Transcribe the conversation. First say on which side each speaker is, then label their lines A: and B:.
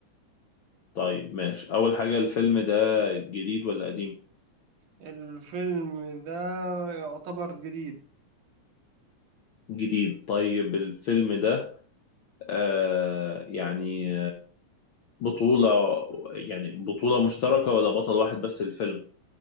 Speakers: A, on the left; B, on the right.
A: طيب ماشي اول حاجة الفيلم ده جديد ولا قديم
B: الفيلم ده يعتبر جديد
A: جديد طيب الفيلم ده آه يعني بطولة يعني بطولة مشتركة ولا بطل واحد بس الفيلم